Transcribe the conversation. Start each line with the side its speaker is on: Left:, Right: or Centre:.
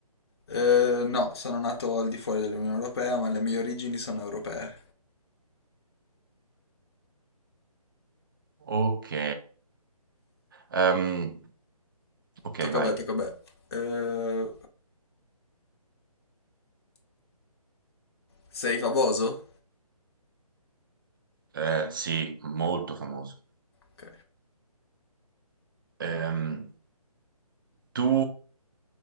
Left: Eh, no, sono nato al di fuori dell'Unione Europea, ma le mie origini sono europee.
Right: Ok. Ehm, ok,
Left: Tocca
Right: vai.
Left: a me, tocca a me. Eh, sei famoso?
Right: Eh, sì, molto famoso.
Left: Ok.
Right: Ehm, tu